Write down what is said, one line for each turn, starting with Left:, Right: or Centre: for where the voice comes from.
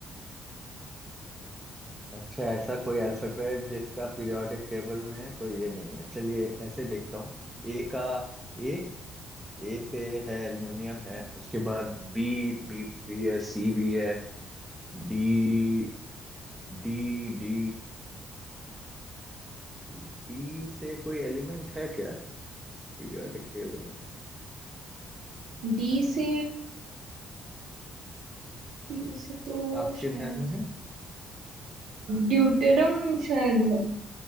Centre: अच्छा ऐसा कोई अल्फाबेट जिसका पीरियोडिक टेबल में कोई ये नहीं है चलिए ऐसे देखता हूँ ए का ए ए से है एल्युमिनियम है उसके बाद बी बी भी है सी भी है डी डी डी डी से कोई एलिमेंट है क्या पीरियोडिक टेबल
Right: डी से
Centre: में
Right: डी से तो
Centre: आपके
Right: शायद
Centre: ध्यान में है
Right: ड्यूटेरम शायद है